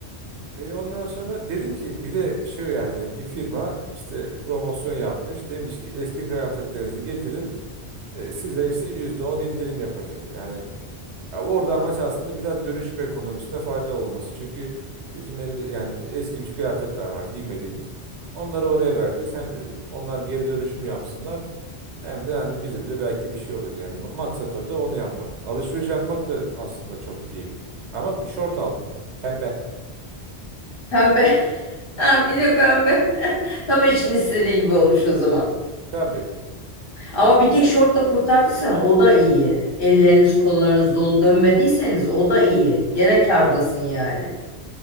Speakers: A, on the right; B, on the left.
A: E ondan sonra dedim ki bir de şu yani bir firma işte promosyon yapmış. Demiş ki eski kıyafetlerinizi getirin. E, size işte %10 indirim yapacağız. Yani Ya Orada amaç aslında biraz dönüşüm ekonomisinde fayda olması. Çünkü bizim elimiz, yani eskimiş kıyafetler var giymediğimiz. Onları oraya vereceğiz. Hem onlar geri dönüşüm yapsınlar. Hem de yani bize de belki bir şey olur. Yani ma- maksat orada onu yapmaktı. Alışveriş yapmak da aslında çok değil. Ama bir şort aldım. Pembe.
B: Pembe. <laughs> Ha, bir de pembe. <laughs> Tam eşinin istediği gibi olmuş o zaman.
A: Tabii.
B: Ama bir tek şortla kurtardıysan o da iyi. Elleriniz kollarınız dolu dönmediyseniz o da iyi. Gene kârdasın yani.